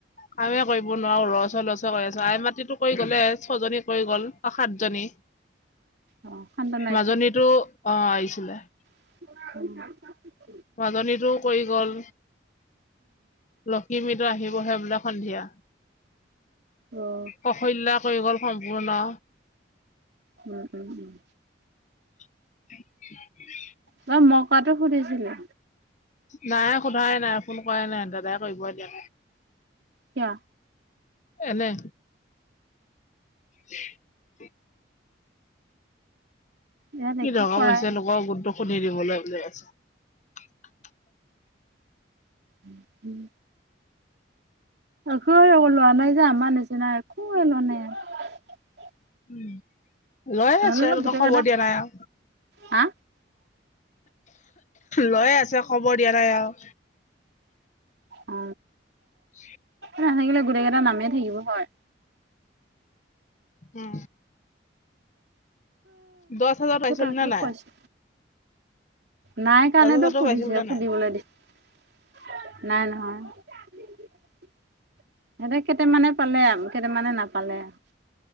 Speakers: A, on the left; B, on the right.
A: কামে কৰিব নোৱাৰো লচ অ' লচ আছো আই মাত্ৰি টো কৰি গ'লেই ছজনী কৰি গ'ল অ' সাতজনী।
B: অ সান্তনা
A: মাজনীতো অ' আহিছিলে।
B: উম
A: মাজনীটো কয়ী গ'ল। লশিমিটো আহিবহে বোলে সন্ধিয়া।
B: উম
A: কৌশল্যা কৰি গ'ল সম্পূৰ্ণ
B: উম, উম, উম
A: ত
B: তই মকাটো সুধিছিলে।
A: নাই সোধাই নাই ফোন কৰাই নাই দাদাই কৰিব এতিয়া।
B: কিয়
A: এনে। <unintelligible>
B: ইয়াত
A: কি
B: একো
A: দৰকাৰ
B: কৰাই
A: পৰিছে লোকৰ গোটটো শুলি দিবলৈ বুলি কৈছে
B: উ, উম কুৱে লোৱা নাই যা আমাৰনিচিনা একোৱে লোৱা নাই।
A: উম লৈ
B: নললে
A: আছো আৰু তোমাক
B: গোটেই
A: খবৰ
B: কেইটা
A: দিয়া নাই আও।
B: হা
A: লৈ আছে খবৰ দিয়া নাই আও। <inaudible>
B: অ নাথাকিলে গোটেই কেইটা নামেই থাকিব হয়।
A: হম। দহ হাজাৰ পাইছিল
B: তাকে
A: নে নাই?
B: কৈছো নাই কাৰণেতো
A: দহ হাজাৰতো
B: সুধিছে
A: পাইছিল নে
B: সুধিবলৈ
A: নাই
B: দিছে নাই নহয়। <unintelligible> সিহঁতে কেইটামানে পালে আৰু কেইটামানে নাপালে আৰু।